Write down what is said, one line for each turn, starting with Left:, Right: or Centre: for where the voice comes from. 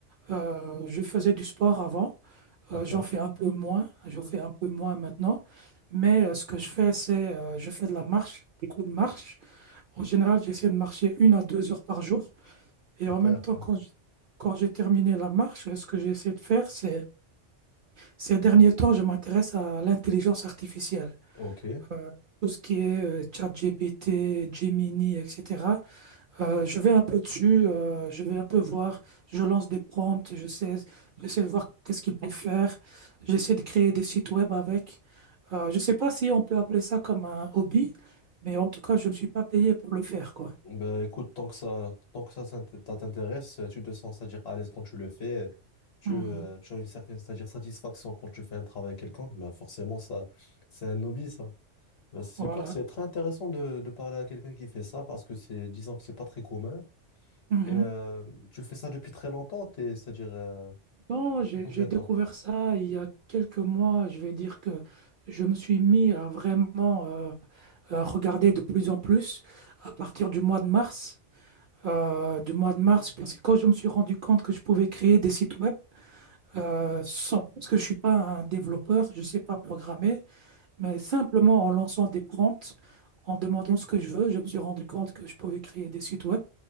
Right: Euh, je faisais du sport avant,
Left: D'accord.
Right: Euh, j'en fais un peu moins, j'en fais un peu moins maintenant. Mais euh, ce que je fais, c'est euh, je fais de la marche, beaucoup de marche. En général, j'essaie de marcher une à deux heures par jour.
Left: Super,
Right: Et en même temps,
Left: ouais.
Right: quand j- quand j'ai terminé la marche, ce que j'essaie de faire, c'est ces derniers temps, je m'intéresse à l'intelligence artificielle.
Left: Ok.
Right: euh, tout ce qui est euh, ChatGPT, Gemini, etc. Euh, je vais un peu dessus, euh, je vais un peu voir, je lance des prompts, je sais, j'essaie de voir qu'est-ce qu'il peut faire, j'essaie de créer des sites web avec. Euh, je ne sais pas si on peut appeler ça comme un hobby, mais en tout cas, je ne suis pas payé pour le faire, quoi.
Left: Bah, écoute, tant que ça, tant que ça s'int- ça t'intéresse, tu te sens, c'est-à-dire à l'aise quand tu le fais, tu,
Right: Mhm.
Left: euh, tu as une certaine, c'est-à-dire satisfaction quand tu fais un travail quelconque, bah, forcément, ça, c'est un hobby, ça. Bah, c'est super,
Right: Voilà.
Left: c'est très intéressant de, de parler à quelqu'un qui fait ça parce que c'est, disons que c'est pas très commun.
Right: Mhm.
Left: Et euh, tu fais ça depuis très longtemps, t'es- c'est-à-dire euh,
Right: Non,
Left: depuis
Right: j'ai
Left: combien
Right: j'ai découvert
Left: de temps?
Right: ça il y a quelques mois. Je vais dire que je me suis mis à vraiment euh, regarder de plus en plus à partir du mois de mars. Euh, du mois de mars, parce que quand je me suis rendu compte que je pouvais créer des sites web, euh, sans, parce que je ne suis pas un développeur, je ne sais pas programmer, mais simplement en lançant des prompts, en demandant ce que je veux, je me suis rendu compte que je pouvais créer des sites web,